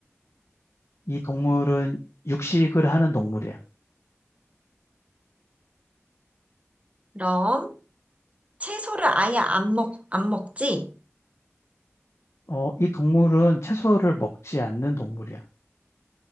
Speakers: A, on the left; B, on the right.
A: 이 동물은 육식을 하는 동물이야.
B: 그럼 채소를 아예 안 먹, 안 먹지?
A: 어, 이 동물은 채소를 먹지 않는 동물이야.